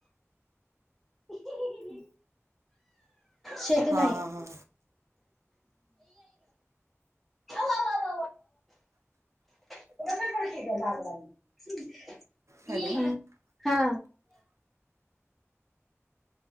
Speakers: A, in the centre; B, on the right.
A: ह. शेती
B: हां
A: नाही.
B: हां हां
A: आव आव त तर खेट लागला नाही.
B: हॅलो
A: हा.